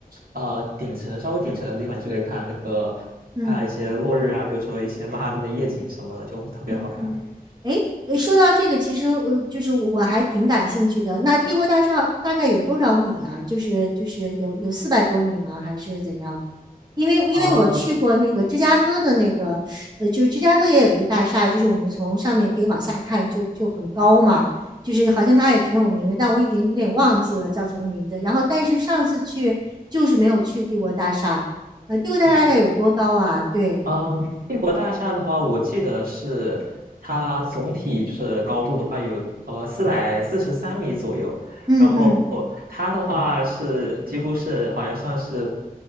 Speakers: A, on the right (about 70°); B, on the right (about 25°).
A: 呃顶层稍微顶层的地方，你就可以看那个看一些落日啊，
B: 嗯。
A: 比如说一些曼哈顿的夜景什么的，就特别好看。
B: 嗯嗯，哎，诶说到这个，其实呃，就是我还挺感兴趣的。那帝国大厦大概有多少米啊？就是就是有有四百多米吗？还是怎样？因为因为我去过那个芝加哥的那个，
A: 呃，
B: 呃，就是芝加哥也有一个大厦，就是我们从上面可以往下看就，就很高嘛。就是好像它也挺有名的，但我已经有点忘记了叫什么名字。然后，但是上次去就是没有去帝国大厦，呃，帝国大厦大概有多高啊？
A: 是吗？
B: 对，
A: 嗯，帝国大厦的话，我记得是它总体就是高度的话有呃四百四十三米左右，
B: 嗯嗯
A: 然后它的话是几乎是好像算是